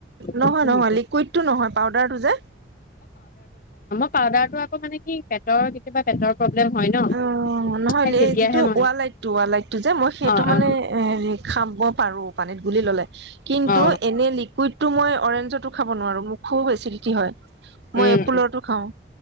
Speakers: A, on the right; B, on the left.
A: নহয়,
B: মৌচুমীটো
A: নহয়, লিকুইডটো নহয় পাউডাৰটো যে।
B: পাউডাৰটো আকৌ মানে কি, পেটৰ কেতিয়াবা পেটৰ প্ৰব্লেম হয় ন
A: অ, নহয়
B: সেই
A: লেই
B: তেতিয়াহে
A: যিটো
B: মই
A: ৱালাইট ৱালাইটটো যে, মই সেইটো
B: অ অ
A: মানে হেৰি খাব পাৰোঁ, পানীত ঘূলি ললে। কিন্তু,
B: অ
A: এনে লিকুইটটো মই অৰেঞ্জটো খা খাব নোৱাৰোঁ, মুখও হৈছে নেকি হয়। মই
B: উম
A: এপোলৰটো
B: উম,
A: খাওঁ